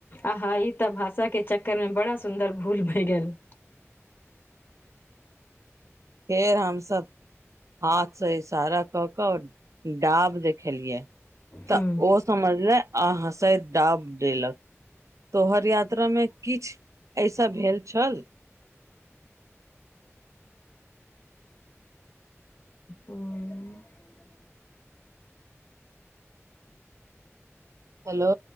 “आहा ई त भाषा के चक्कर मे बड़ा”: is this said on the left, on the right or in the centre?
Left